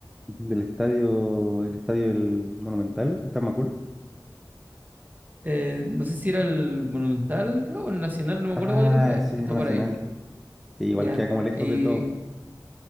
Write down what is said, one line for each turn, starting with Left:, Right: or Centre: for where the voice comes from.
Centre: Del estadio, el estadio del Monumental, está en Macul.
Right: eh, no sé si era el Monumental, creo, o el Nacional, no me
Centre: Ah,
Right: acuerdo cuál de los dos es,
Centre: sí,
Right: que
Centre: el
Right: está
Centre: Nacional.
Right: por ahí.
Centre: Sí, igual
Right: Ya.
Centre: queda como lejos
Right: Y
Centre: de todo,